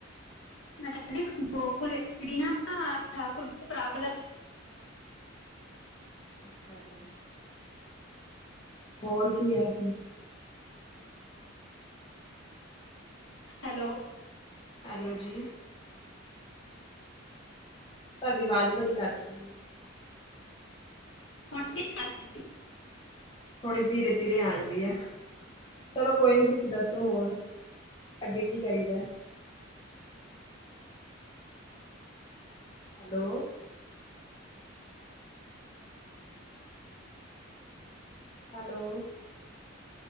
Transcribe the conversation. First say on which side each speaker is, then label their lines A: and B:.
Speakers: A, on the left (about 65°); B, on the left (about 25°).
A: ਮੈਂ ਕਹਿਨੀ ਹਾਂ ਗੋਕਲ ਵ ਨਾ ਠਾਕੁਰ ਪ੍ਰਾਬਲ
B: ਅੱਛਾ ਜੀ, ਹੋਰ ਕੀ ਐ ਉੱਥੇ?
A: ਹੈਲੋ
B: ਹੈਲੋ ਜੀ। ਤੁਹਾਡੀ ਆਵਾਜ਼ ਬੜੀ ਕੱਟ ਰਹੀ ਹੈ।
A: ਹੁਣ ਨਹੀਂ ਕੱਟਦੀ
B: ਥੋੜੀ ਧੀਰੇ ਧੀਰੇ ਆਣ ਡਹੀ ਆ। ਚਲੋ ਕੋਈ ਨਹੀਂ ਤੁਸੀਂ ਦੱਸੋ ਹੋਰ ਅੱਗੇ ਕੀ ਕਰੀਦਾ ਹੈਲੋ ਹੈਲੋ।